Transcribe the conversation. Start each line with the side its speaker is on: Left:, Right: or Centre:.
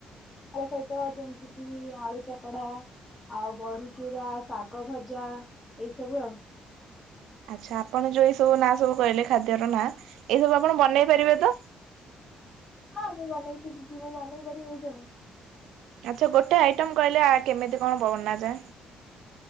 Left: ଖାଳ ସହିତ ଯେମିତି କି ଆଳୁ ଚକଡ଼ା। ଆଉ ବଢ଼ିଚୂୁରା ଶାଗ ଭଜା ଏଇ ସବୁ ଆଉ।
Right: ଆଚ୍ଛା ଆପଣ ଯୋଉ ଏଇ ସବୁ ନାଁ ସବୁ କହିଲେ ଖାଦ୍ୟର ନାଁ ଏଇ ସବୁ ଆପଣ ବନେଇ ପାରିବେ ତ?
Left: ହଁ ମୁଁ ମନେଇ ଶିଖିଛି ମୁଁ ମନେଇ ପାରିବି ଏଇସବୁ।
Right: ଆଚ୍ଛା ଗୋଟେ ଆଇଟମ୍ କହିଲେ ଆ କେମିତି କଣ ବାନାଁଯାଏ।